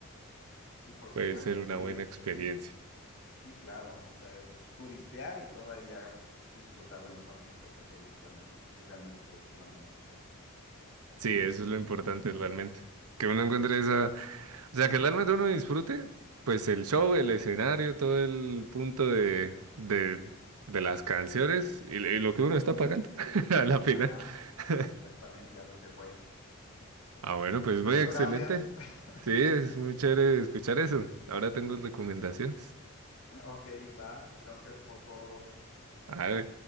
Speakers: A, on the left; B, on the right.
A: Sí, por supuesto,
B: Puede ser una
A: sí
B: buena
A: es
B: experiencia.
A: Sí, claro, o sea, es turistear y todavía disfrutar de los artistas que te gustan, ¿no? Si realmente te gusta la música.
B: Sí, eso es lo importante realmente, que uno encuentre esa O sea, que realmente uno disfrute, pues el show, el escenario, todo el punto de, de, de las canciones y, y lo que uno está pagando <laughs> a la final.
A: Ajá,
B: <laughs>
A: exactamente, a lo que fue.
B: Ah, bueno, pues
A: Pues
B: muy
A: muchas
B: excelente.
A: gracias. <laughs>
B: Sí, es muy chévere escuchar eso. Ahora tengo recomendaciones.
A: Ok, va, gracias por todo.
B: Ah,